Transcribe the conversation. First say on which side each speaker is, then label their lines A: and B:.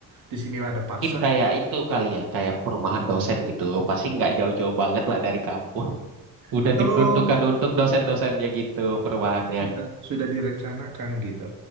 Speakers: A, on the right; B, on the right.
A: di sini ada
B: Mungkin
A: pasar.
B: kayak itu kali ya, kayak perumahan dosen gitu. Pasti nggak jauh-jauh banget lah dari kampus. <laughs> Udah
A: Betul.
B: diperuntukkan untuk dosen-dosennya gitu perumahannya.
A: sudah sudah direncanakan gitu.